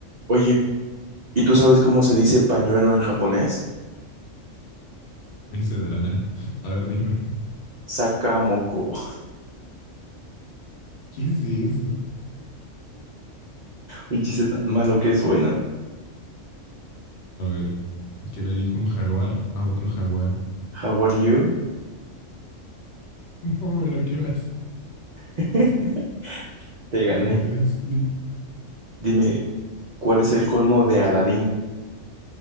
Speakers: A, on the right (about 75°); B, on the left (about 60°).
A: Oye, ¿y tú sabes cómo se dice pañuelo en japonés?
B: <laughs> Me hice de la nada. A ver, dime.
A: Sakamoko. <laughs>
B: <laughs> ¿Qué es eso?
A: Un chiste tan malo que es bueno.
B: A ver, ¿qué le dijo un jaguar a otro jaguar?
A: How are you?
B: <laughs> No, pero qué bastas.
A: <laughs>
B: <laughs>
A: Te gané.
B: Es lit-
A: Dime, ¿cuál es el colmo de Aladín?